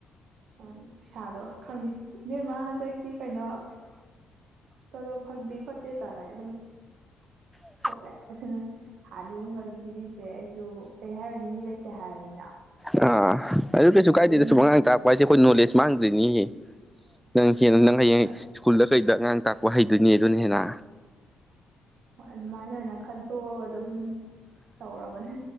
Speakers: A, on the right (about 70°); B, in the centre.
A: ꯎꯝ ꯄꯩꯁꯥꯗꯣ ꯈꯪꯗꯦ ꯅꯦꯝꯃ ꯍꯟꯗꯛꯇꯤ ꯀꯩꯅꯣ ꯆꯂꯣ ꯐꯪꯗꯦ ꯈꯣꯠꯇꯦ ꯇꯥꯔꯦ ꯑꯗꯨꯝ
B: ꯑ
A: ꯁꯣꯠꯂꯦ ꯑꯗꯨꯅ ꯊꯥ ꯑꯅꯤ ꯑꯍꯨꯝꯒ ꯑꯗꯨꯝ ꯄꯤꯕꯤꯗ꯭ꯔꯦ ꯑꯩꯁꯨ ꯀꯩ ꯍꯥꯏꯔꯅꯤ ꯃꯤ ꯂꯩꯇꯦ ꯍꯥꯏꯔꯕꯅꯤꯅ
B: ꯑꯥ ꯑꯗꯨ ꯀꯩꯁꯨ ꯀꯥꯏꯗꯦꯗ
A: ꯑꯗꯨꯝ
B: ꯁꯨꯝ ꯑꯉꯥꯡ ꯇꯥꯛꯛꯄ ꯍꯥꯏꯁꯦ ꯑꯩꯈꯣꯏ ꯅꯣꯂꯦꯖ ꯃꯥꯡꯗ꯭ꯔꯤꯅꯤ ꯅꯪ ꯍꯦꯟꯅ ꯅꯪ ꯍꯌꯦꯡ
A: ꯍꯣꯏ
B: ꯁ꯭ꯀꯨꯜꯗ ꯀꯩꯗ ꯑꯉꯥꯡ ꯇꯥꯛꯄ ꯍꯩꯗꯣꯏꯅꯦ ꯑꯗꯨꯅ ꯍꯦꯟꯅ
A: ꯍꯣꯏ ꯑꯗꯨꯃꯥꯏꯅ ꯑꯣꯏꯅ ꯈꯟꯇꯣꯛꯑꯒ ꯑꯗꯨꯝ ꯇꯧꯔꯕꯅꯦ